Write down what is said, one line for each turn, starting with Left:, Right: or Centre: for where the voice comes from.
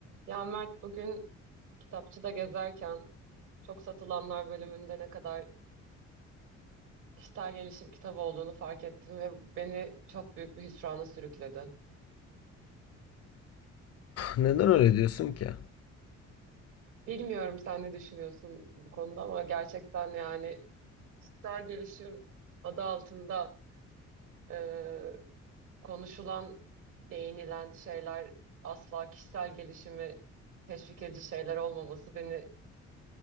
Right: Ya Mert bugün kitapçıda gezerken çok satılanlar bölümünde ne kadar kişisel gelişim kitabı olduğunu fark ettim ve beni çok büyük bir hüsrana sürükledi.
Left: Neden öyle diyorsun ki?
Right: Bilmiyorum sen ne düşünüyorsun bu konuda ama gerçekten yani kişisel gelişim adı altında e, konuşulan, değinilen şeyler asla kişisel gelişimi teşvik edici şeyler olmaması beni